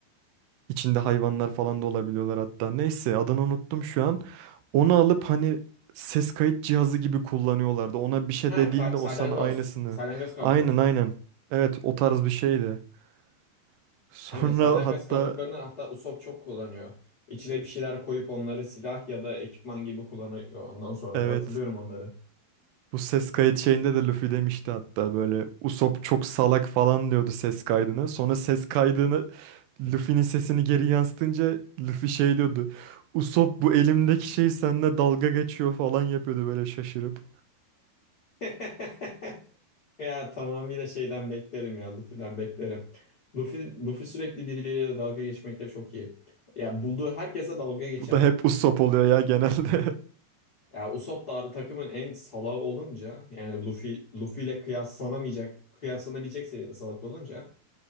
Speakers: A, on the right (about 80°); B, on the left (about 75°).
A: İçinde hayvanlar falan da olabiliyorlar hatta. Neyse adını unuttum şu an. Onu alıp hani ses kayıt cihazı gibi kullanıyorlardı. Ona bir şey
B: Ha,
A: dediğinde
B: ka- salyangoz.
A: o sana aynısını.
B: Salyangoz kabuğu.
A: Aynen aynen. Evet o tarz bir şeydi. <laughs> Sonra
B: Aynen salyangoz
A: hatta
B: kabuklarını hatta Usopp çok kullanıyor. İçine bir şeyler koyup onları silah ya da ekipman gibi kullanıyor. Ondan sonra
A: evet
B: da hatırlıyorum onları.
A: bu ses kayıt şeyinde de Luffy demişti hatta böyle Usopp çok salak falan diyordu ses kaydını. Sonra ses kaydını Luffy'nin sesini geri yansıtınca Luffy şey diyordu. Usopp bu elimdeki şey seninle dalga geçiyor falan yapıyordu böyle şaşırıp.
B: <laughs> Ya tamamıyla şeyden beklerim ya Luffy'den beklerim. Luffy, Luffy sürekli birileriyle dalga geçmekte çok iyi. Ya bulduğu herkese dalga geçer.
A: Bu da hep Usopp oluyor ya genelde.
B: Ya Usopp da takımın en salağı olunca yani Luffy Luffy ile kıyaslanamayacak kıyaslanabilecek seviyede salak olunca